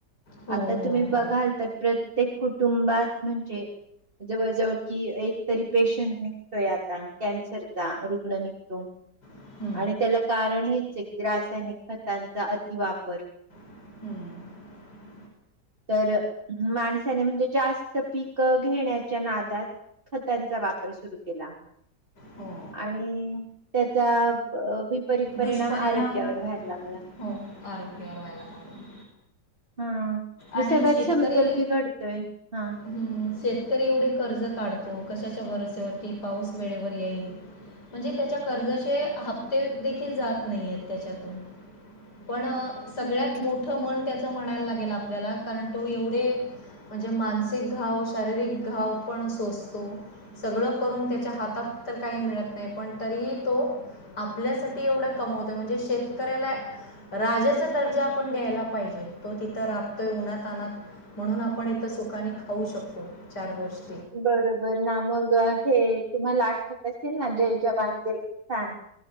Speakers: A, on the left (about 70°); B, on the right (about 30°).
A: हो
B: आता
A: हो
B: तुम्ही
A: हो
B: बघाल तर प्रत्येक कु. कुटुंबात म्हणजे जवळ जवळ. कि एकतरी पेशंट निघतोय आता कॅन्सरचा रुग्ण निघतो
A: हं,
B: आणि त्याला कारण हेच. रासायनिक खतांचा अतिवापर
A: हम्म
B: तर माणसाने म्हणजे जास्त पक घेण्याच्या नादात खतांचा वापर सुरू केला
A: हो
B: आणि त्याचा विपरीत परिणाम
A: दुष्परिणाम
B: आरोग्यावर व्हायला लागला
A: हो आरोग्यावर व्हायला लागले
B: हा म्हणजे
A: आणि
B: सगळ्यात
A: शेतकरी
B: समतोल बिघडतोय हा.
A: हं, शेतकरी एवढे कर्ज काढतो कशाच्या भरोस्यावरती पाऊस वेळेवर येईन म्हणजे त्याच्या कर्जाचे हप्ते. देखील जात नाही आहेत त्याच्यातून पण. सगळ्यात
B: हम्म,
A: मोठ म त्या म्हणायला लागेल आपल्याला कारण तो एवढे म्हणजे मानसिक घाव शारीरिक घाव पण सोचतो सगळं करून त्याच्या हातात तर काही मिळत नाही पण तरीही तो आप आपल्यासाठी एवढा कमवतोय म्हणजे शेतकऱ्याला राजाचा दर्जा आपण द्यायला पाहिजे तो तिथं राबतोय उन्हात आणनात म्हणून आपण इथं सुखनी खाऊ शकतो चार गोष्टी
B: बरोबर ना मग हे. तुम्हाला आठवत असेल ना जय जबांगे सांग.